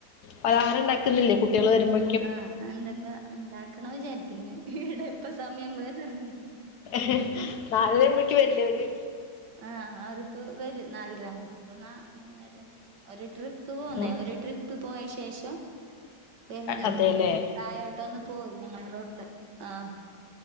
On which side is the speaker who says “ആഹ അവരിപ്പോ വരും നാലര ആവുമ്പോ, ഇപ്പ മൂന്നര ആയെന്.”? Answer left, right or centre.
Right